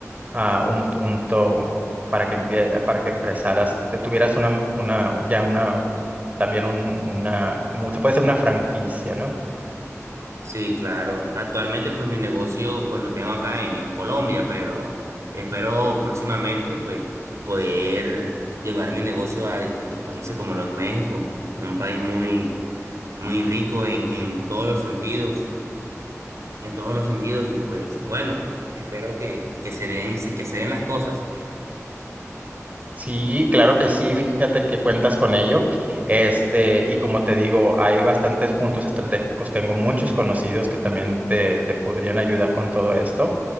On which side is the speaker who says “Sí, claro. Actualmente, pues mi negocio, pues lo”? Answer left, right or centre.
Right